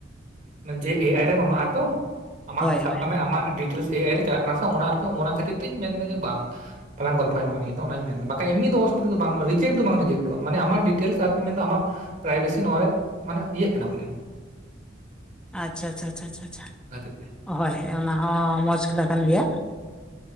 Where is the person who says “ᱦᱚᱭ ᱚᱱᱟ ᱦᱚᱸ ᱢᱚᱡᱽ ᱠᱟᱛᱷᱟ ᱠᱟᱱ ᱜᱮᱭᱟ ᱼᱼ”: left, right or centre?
Centre